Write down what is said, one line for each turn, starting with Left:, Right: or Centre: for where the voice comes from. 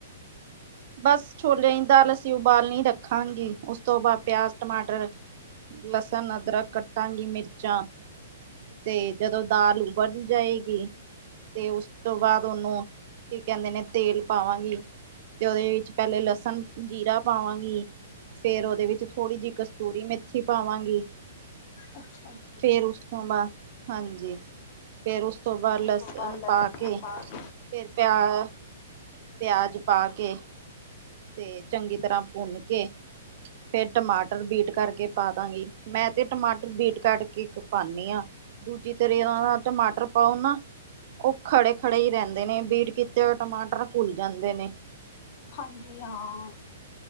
Right: ਬਸ ਛੋਲਿਆਂ ਦੀ ਦਾਲ ਅਸੀਂ ਉਬਾਲਣੀ ਰੱਖਾਂਗੇ। ਉਸ ਤੋਂ ਬਾਅਦ ਪਿਆਜ਼ ਟਮਾਟਰ। ਲਸਣ ਅਦਰਕ ਕਟਾਂਗੀ ਮਿਰਚਾਂ। ਤੇ ਜਦੋਂ ਦਾਲ ਉਬਲ ਜਾਏਂਗੀ। ਤੇ ਉਸ ਤੋਂ ਬਾਅਦ ਉਹਨੂੰ ਕੀ ਕਹਿੰਦੇ ਨੇਂ ਤੇਲ ਪਾਵਾਂਗੀ। ਤੇ ਉਹਦੇ ਵਿੱਚ ਪਹਿਲੇ ਲਸਣ ਜ਼ੀਰਾ ਪਾਵਾਂਗੀ। ਫ਼ਿਰ ਉਹਦੇ ਵਿੱਚ ਥੋੜ੍ਹੀ ਜਿਹੀ ਕਸਤੂਰੀ ਮੇਥੀ ਪਾਵਾਂਗੀ।
Left: ਅੱਛਾ ਜੀ
Right: ਫ਼ਿਰ ਉਸ ਤੋਂ ਬਾਅਦ ਹਾਂਜੀ, ਫ਼ਿਰ ਉਸ ਤੋਂ ਬਾਅਦ ਲਸਣ
Left: ਤੋਂ ਬਾਅਦ ਲਸਣ
Right: ਪਾ ਕੇ
Left: ਪਾ
Right: ਫ਼ਿਰ
Left: ਕੇ
Right: ਪਿਆਜ਼ ਪਿਆਜ਼ ਪਾ ਕੇ। ਤੇ ਚੰਗੀ ਤਰ੍ਹਾਂ ਭੁੰਨ ਕੇ। ਫ਼ਿਰ ਟਮਾਟਰ ਬੀਟ ਕਰਕੇ ਪਾ ਦਾਂਗੀ। ਮੈਂ ਤੇ ਟਮਾਟਰ ਬੀਟ ਕਢਕੇ ਪਾਂਨੀ ਆ। ਦੂਜੀ ਤਰਿਆ
Left: ਅੱਛਾ ਜੀ
Right: ਟਮਾਟਰ ਪਾਓ ਨਾ। ਉਹ ਖ਼ੜੇ ਖ਼ੜੇ ਹੀ ਰਹਿੰਦੇਂ ਨੇਂ ਬੀਟ ਕੀਤੇ ਹੋਏ ਟਮਾਟਰ ਘੁੱਲ ਜਾਂਦੇ ਨੇਂ।
Left: ਹਾਂਜੀ, ਹਾਂ।